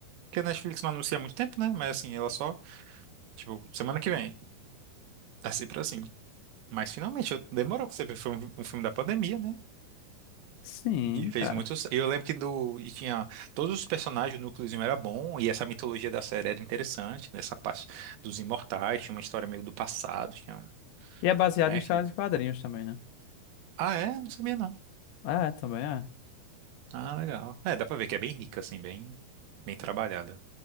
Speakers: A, on the right; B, on the left.
A: Porque a Netflix não anuncia há muito tempo, né? Mas assim, ela só, tipo, semana que vem. É sempre assim. Mas finalmente, eu- demorou pra você ver. Foi um, um filme da pandemia, né?
B: Sim,
A: E fez
B: cara.
A: muitos. Eu lembro que do. E tinha. Todos os personagens, o núcleozinho era bom. E essa mitologia da série era interessante. Nessa parte dos imortais. Tinha uma história meio do passado. Tinha. um-
B: E é baseado
A: Né?
B: em histórias
A: que-
B: de quadrinhos também, né?
A: Ah, é? Não sabia, não.
B: É, também é.
A: Ah, legal. É, dá pra ver que é bem rica, assim, bem. Bem trabalhada.